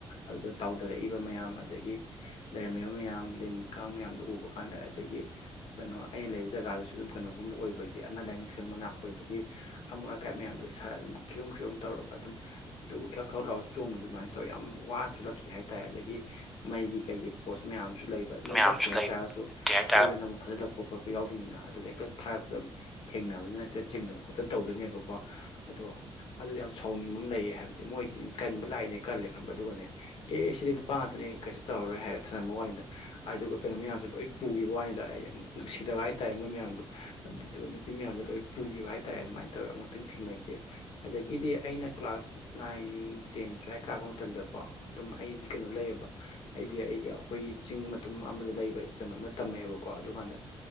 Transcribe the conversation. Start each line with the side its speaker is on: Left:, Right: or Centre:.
Left: ꯑꯗꯨꯗ ꯇꯥꯎꯗꯔꯛꯏꯕ ꯃꯌꯥꯝ ꯑꯗꯒꯤ ꯂꯩꯔꯝꯃꯤꯕ ꯃꯌꯥꯝ ꯂꯤꯟ ꯀꯥꯡ ꯃꯌꯥꯝꯗꯨ ꯎꯕ ꯀꯥꯟꯗ ꯑꯗꯒꯤ ꯀꯩꯅꯣ ꯑꯩꯅ ꯂꯩꯕ ꯖꯒꯥꯗꯨꯁꯨ ꯑꯗꯨꯨꯝ ꯀꯩꯅꯣꯒꯨꯝꯕ ꯑꯣꯏꯕꯒꯤ ꯑꯅꯥ ꯂꯥꯏꯌꯦꯡ ꯁꯪ ꯃꯅꯥ ꯑꯣꯏꯕꯒꯤ ꯑꯃꯨꯠ ꯀꯥꯏ ꯃꯌꯥꯝꯗꯣ ꯏꯁꯥꯗ ꯑꯗꯨꯝ ꯈꯤꯔꯨꯝ ꯈꯤꯔꯨꯝ ꯇꯧꯔꯒ ꯑꯗꯨꯝ ꯇꯨꯒ ꯈ꯭ꯌꯥꯎ ꯈꯥꯎ ꯂꯥꯎꯔ ꯆꯣꯡꯕꯗꯨ ꯑꯗꯨꯃꯥꯏꯅ ꯇꯧꯔ ꯌꯥꯝ ꯋꯥꯅ ꯊꯣꯛꯂꯛꯈꯤ ꯍꯥꯏ ꯇꯥꯏ ꯑꯗꯒꯤ ꯃꯩꯒꯤ ꯀꯩꯒꯤ ꯄꯣꯁ ꯃꯌꯥꯝ ꯑꯝꯁꯨ ꯂꯩꯕ ꯃꯩ
Centre: ꯃꯌꯥꯝꯁꯨ
Left: ꯆꯠꯇ꯭ꯔꯦ ꯍꯥꯏꯇꯥꯔꯒꯁꯨ
Centre: ꯂꯩꯕꯅꯤ ꯍꯥꯏꯇꯥꯔꯦ
Left: ꯁꯣꯏꯗꯅ ꯑꯃꯨꯛ ꯊꯥꯖꯤꯜꯂꯛꯄ ꯈꯣꯠꯄ ꯌꯥꯎꯗꯣꯏꯅꯤꯅ ꯑꯗꯨꯗ ꯍꯦꯛꯇ ꯊꯥꯔꯛꯄ ꯑꯗꯨꯝ ꯊꯦꯡꯅꯕꯅꯤꯅ ꯍꯦꯛꯇ ꯆꯤꯡꯗꯅ ꯈꯣꯠꯇꯅ ꯇꯧꯗꯣꯏꯅꯦꯕ ꯑꯗꯣ ꯑꯗꯨ ꯌꯥꯝ ꯁꯥꯎꯅꯤꯡꯕ ꯑꯃ ꯂꯩꯌꯦ ꯍꯥꯏꯕꯗꯤ ꯃꯣꯏꯁꯤ ꯀꯟꯕ ꯂꯥꯛꯏꯅꯦ ꯀꯜꯂꯦ ꯈꯪꯕꯔ ꯑꯗꯨꯒꯅꯦ ꯑꯦ ꯁꯤꯗꯤ ꯅꯨꯄꯥ ꯉꯥꯛꯇꯅꯦ ꯀꯩꯁꯨ ꯇꯧꯔꯔꯣꯏ ꯍꯥꯏꯔꯦ ꯊꯜꯂꯝꯕ ꯋꯥꯅꯤꯗ ꯑꯗꯨꯒ ꯀꯩꯅꯣ ꯃꯌꯥꯝꯁꯨ ꯂꯣꯏ ꯄꯨꯈꯤꯕ꯭ꯋꯥꯅꯤꯗ ꯑꯩ ꯌꯥꯝꯅ ꯅꯨꯡꯁꯤꯗꯕ ꯍꯥꯏ ꯇꯥꯔꯦ ꯃꯣꯏ ꯃꯌꯥꯝꯗꯣ ꯑꯗꯨꯗꯤ‌ ꯅꯨꯄꯤ ꯃꯌꯥꯝꯗꯣ ꯂꯣꯏ ꯄꯨꯈꯤꯕ ꯍꯥꯏꯇꯥꯔꯦ ꯑꯗꯨꯃꯥꯏꯅ ꯇꯧꯔꯒ ꯑꯃꯨꯛꯇꯪ ꯊꯦꯡꯅꯈꯤ ꯑꯗꯒꯤꯗꯤ ꯑꯩꯅ ꯀ꯭ꯂꯥꯁ ꯅꯥꯏꯟ ꯇꯦꯟ ꯁ꯭ꯋꯥꯏ ꯀꯥꯔꯛꯄ ꯃꯇꯝꯗꯀꯣ ꯑꯗꯨꯝ ꯑꯩꯗꯤ ꯀꯩꯅꯣ ꯂꯩꯌꯦꯕ ꯑꯩꯗꯤ ꯑꯩꯒꯤ ꯑꯈꯣꯏꯒꯤ ꯆꯤꯡ ꯃꯇꯨꯝ ꯑꯃꯗ ꯂꯩꯕ ꯀꯩꯅꯣꯝꯅ ꯇꯝꯃꯛꯑꯦꯕꯀꯣ ꯑꯗꯨ ꯀꯥꯟꯗ